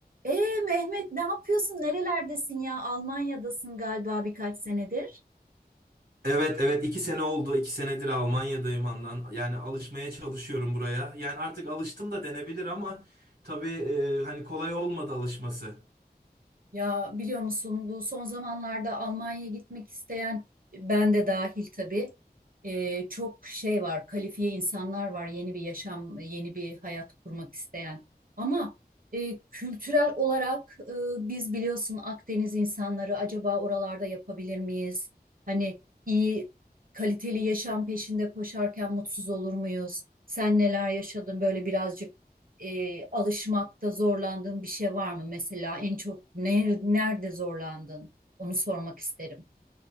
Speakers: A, on the right; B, on the right.
A: Ee Mehmet ne yapıyorsun? Nerelerdesin ya? Almanya'dasın galiba birkaç senedir.
B: Evet evet iki sene oldu. iki senedir Almanya'dayım andan. Yani alışmaya çalışıyorum buraya. Yani artık alıştım da denebilir ama tabii e, hani kolay olmadı alışması.
A: Ya biliyor musun bu son zamanlarda Almanya'ya gitmek isteyen ben de dahil tabii e, çok şey var kalifiye insanlar var yeni bir yaşam yeni bir hayat kurmak isteyen ama e, kültürel olarak e, biz biliyorsun Akdeniz insanları acaba oralarda yapabilir miyiz? Hani iyi kaliteli yaşam peşinde koşarken mutsuz olur muyuz? Sen neler yaşadın böyle birazcık e, alışmakta zorlandığın bir şey var mı? Mesela en çok ner- nerede zorlandın? Onu sormak isterim.